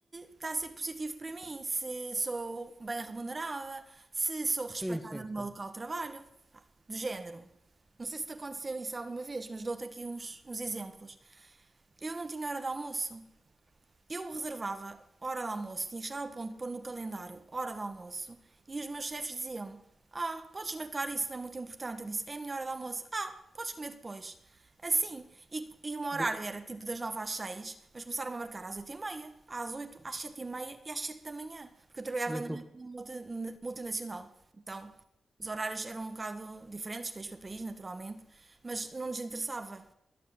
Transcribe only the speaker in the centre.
Sim, sim,
sim.
E-
e é
tu-